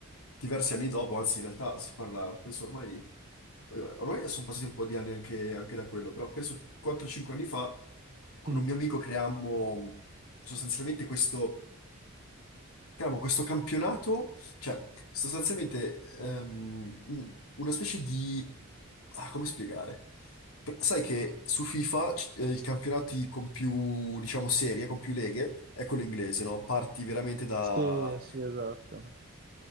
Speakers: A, on the left; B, on the right.
A: diversi anni dopo, anzi in realtà si parla, penso ormai, ormai sono passati un po' di anni anche, anche da quello, però penso 4-5 anni fa con
B: Mm.
A: un mio amico creammo sostanzialmente questo Cavolo, questo campionato, cioè, sostanzialmente ehm, un- una specie di... ah, come spiegare? P- Sai che su FIFA c- eh, i campionati con più, diciamo, serie, con più leghe, è quello inglese, no? Parti veramente da,
B: Sì, sì, esatto.